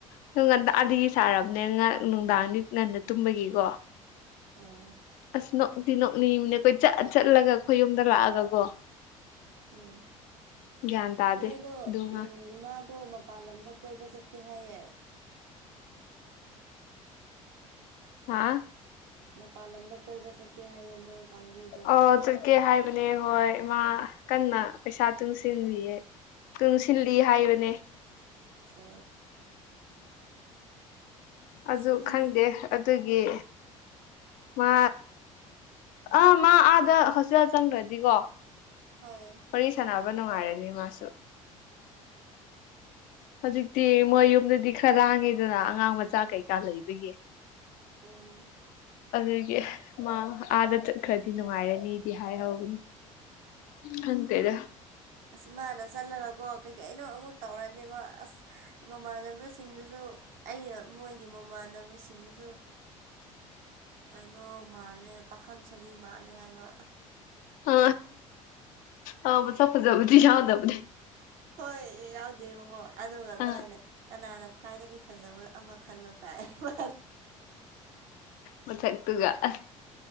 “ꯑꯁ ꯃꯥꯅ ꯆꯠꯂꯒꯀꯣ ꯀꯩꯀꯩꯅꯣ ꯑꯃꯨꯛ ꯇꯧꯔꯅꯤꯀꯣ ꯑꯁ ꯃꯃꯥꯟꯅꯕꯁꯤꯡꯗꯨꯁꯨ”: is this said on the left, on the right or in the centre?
Right